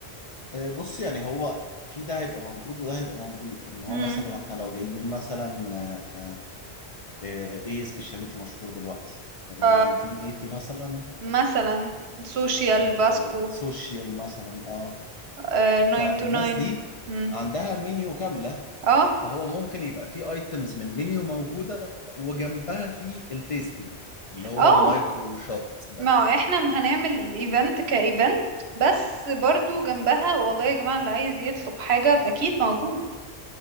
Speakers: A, on the left; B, on the right.
A: آه، بص يعني هو في ده هيبقى موجود وده هيبقى موجود ان هو
B: امم
A: مثلا احنا لو جايبين مثلا آه، آه، ايه سبيشاليتي مشهور دلوقتي آه، 1980
B: ف...
A: مثلا
B: مثلا سوشيال
A: آه،
B: باسكو
A: سوشيال مثلا اه
B: آه ناين
A: فالناس
B: تو ناين
A: دي
B: مم.
A: عندها منيو كاملة
B: اه
A: فهو ممكن يبقى في ايتمز من المنيو موجودة وجنبها في التيستنج اللي هو
B: اه
A: المايكرو شوت ده
B: ما هو احنا م- هنعمل ايفنت كايفنت بس برضو جنبها والله يا جماعة اللي عايز يطلب حاجة اكيد موجود